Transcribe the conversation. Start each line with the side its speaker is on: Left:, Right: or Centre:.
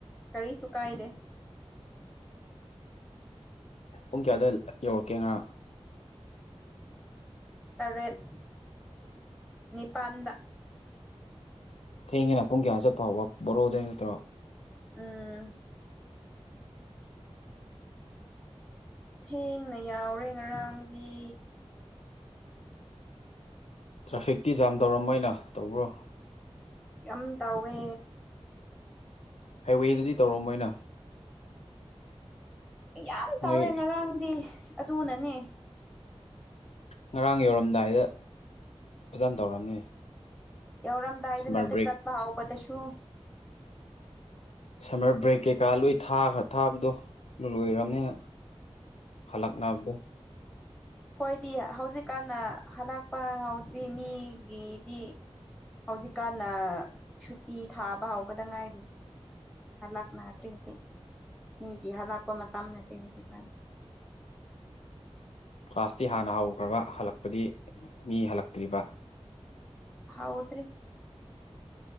Centre: ꯀꯔꯤꯁꯨ ꯀꯥꯏꯗꯦ꯫
Left: ꯄꯨꯡ ꯀꯌꯥ ꯑꯗꯨꯋꯥꯏ ꯌꯧꯔꯛꯀꯦ ꯉꯔꯥꯡ
Centre: ꯇꯔꯦꯠ ꯅꯤꯄꯥꯟꯗ꯫
Left: ꯊꯦꯡꯉꯦꯅ ꯄꯨꯡ ꯀꯌꯥ ꯆꯠꯄꯕ ꯍꯧꯕ ꯕꯥꯔꯣꯗꯩ ꯅꯠꯇ꯭ꯔꯣ?
Centre: ꯎꯝ꯫ ꯊꯦꯡꯅ ꯌꯥꯎꯔꯦ ꯉꯔꯥꯡꯗꯤ꯫
Left: ꯇ꯭ꯔꯥꯐꯤꯛꯇꯤ ꯖꯥꯝ ꯇꯧꯔꯝꯃꯣꯏꯅ ꯇꯧꯕ꯭ꯔꯣ?
Centre: ꯌꯥꯝ ꯇꯥꯎꯋꯦ꯫
Left: ꯍꯥꯏꯋꯦꯗꯗꯤ ꯇꯧꯔꯝꯃꯣꯏꯅ <inaudible>
Centre: ꯌꯥꯝ ꯇꯥꯎꯋꯦ
Left: ꯅꯣꯏ
Centre: ꯉꯔꯥꯡꯗꯤ ꯑꯗꯨꯅꯅꯦ꯫
Left: ꯉꯔꯥꯡ ꯌꯧꯔꯝꯗꯥꯏꯗ ꯐꯖꯅ ꯇꯧꯔꯝꯅꯤ꯫
Centre: ꯌꯧꯔꯝꯗꯥꯏꯗ
Left: ꯁꯝꯃꯔ
Centre: ꯅꯠꯇꯦ
Left: ꯕ꯭ꯔꯦꯛ
Centre: ꯆꯠꯄ ꯍꯧꯕꯗꯁꯨ꯫
Left: ꯁꯝꯃꯔ ꯕ꯭ꯔꯦꯛ ꯀꯩꯀꯥ ꯂꯣꯏ ꯊꯥꯈ꯭ꯔ ꯊꯥꯕꯗꯣ ꯑꯗꯨ ꯂꯣꯏꯔꯝꯅꯤꯅ ꯍꯜꯂꯛꯅꯕꯗꫭ
Centre: ꯑꯈꫭꯏꯗꯤ ꯍꯧꯖꯤꯛꯀꯥꯟꯅꯥ ꯍꯂꯛꯄꯥ ꯍꯧꯗ꯭ꯔꯤ ꯃꯤꯒꯤꯗꯤ ꯍꯧꯖꯤꯛꯀꯥꯟꯅ ꯁꯨꯇꯤ ꯊꯥꯕ ꯍꯥꯎꯕꯗ ꯉꯥꯏꯔꯤ ꯍꯜꯂꯥꯛꯅꯗ꯭ꯔꯤ ꯍꯧꯖꯤꯛ ꯃꯤꯒꯤ ꯍꯂꯥꯛꯄꯥ ꯃꯇꯝ ꯅꯠꯇꯦ ꯍꯧꯖꯤꯛꯀꯥꯟ
Left: ꯀ꯭ꯂꯥꯁꯇꯤ ꯍꯥꯟꯅ ꯍꯧꯈ꯭ꯔꯕ ꯍꯜꯂꯛꯄꯗꯤ ꯃꯤ ꯍꯜꯂꯛꯇ꯭ꯔꯤꯕ
Centre: ꯍꯧꯗ꯭ꯔꯤ